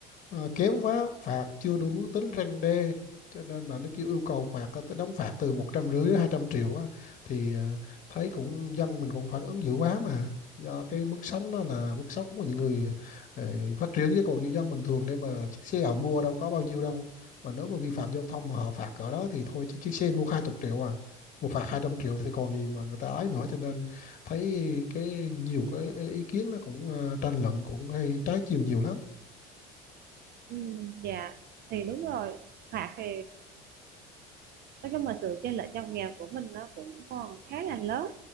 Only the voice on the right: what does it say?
ừ, dạ thì đúng rồi phạt thì nói chung là sự chênh lệch giàu nghèo của mình nó cũng còn khá là lớn